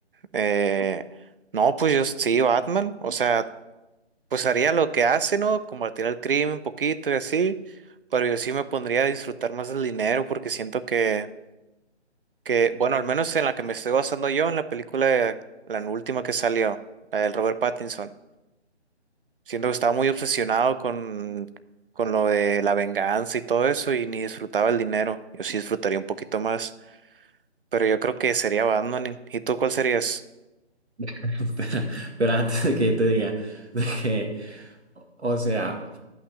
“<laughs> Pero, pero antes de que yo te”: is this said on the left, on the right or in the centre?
Right